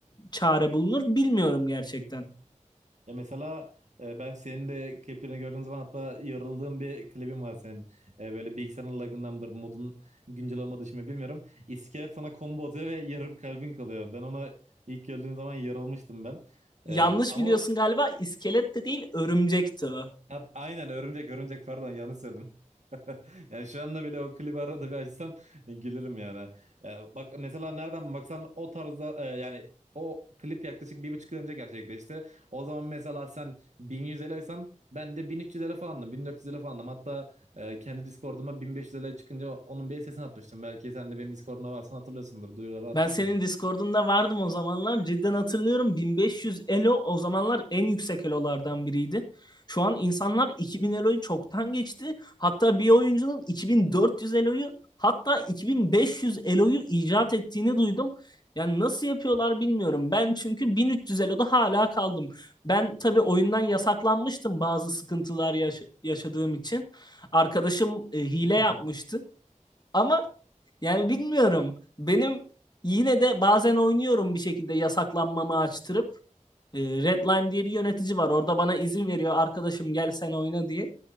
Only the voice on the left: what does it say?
çare bulunur bilmiyorum gerçekten.
Yanlış
biliyorsun galiba iskelet de değil örümcekti o.
Ben senin Discord'unda vardım o zamanlar. Cidden hatırlıyorum 1500 elo o zamanlar en yüksek elolardan biriydi. Şu an insanlar 2000 eloyu çoktan geçti. Hatta bir oyuncunun 2400 eloyu hatta 2500 eloyu icat ettiğini duydum. Yani nasıl yapıyorlar bilmiyorum. Ben çünkü 1300 eloda hala kaldım. Ben tabii oyundan yasaklanmıştım bazı sıkıntılar yaş- yaşadığım için. Arkadaşım e, hile
yapmıştı. Ama yani bilmiyorum. Benim yine de bazen oynuyorum bir şekilde yasaklanmamı açtırıp. E, Red Lime diye bir yönetici var. Orada bana izin veriyor arkadaşım gel sen oyna diye.